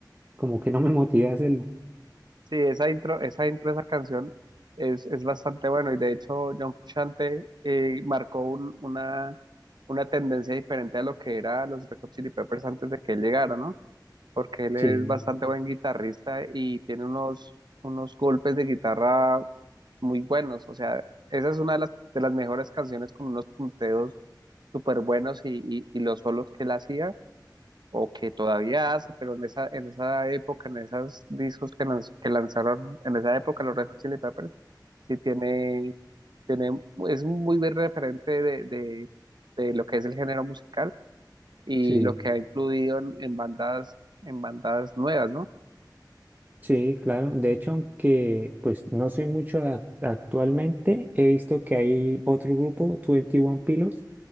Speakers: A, on the right (about 25°); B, on the right (about 70°).
A: como que no me motivé a hacerlo.
B: Sí, esa intro, esa intro, de esa canción es, es bastante bueno y de hecho John Frusciante eh, marcó un- una, una tendencia diferente a lo que era los Red Hot Chili Peppers antes de que él llegara, ¿no? Porque él
A: Sí,
B: es bastante buen guitarrista y tiene unos, unos golpes de guitarra muy buenos, o sea, esa es una de las, de las mejores canciones con unos punteos súper buenos y, y, y los solos que él hacía o que todavía hace, pero en esa, en esa época, en esos discos que, lanz- que lanzaron, en esa época los Red Hot Chili Peppers, sí tiene, tiene, es un muy buen referente de, de, de lo que es el género musical y
A: sí.
B: lo que ha influido en, en bandas, en bandas nuevas, ¿no?
A: Sí, claro. De hecho, aunque pues no soy mucho a- actualmente, he visto que hay otro grupo, Twenty One Pilots,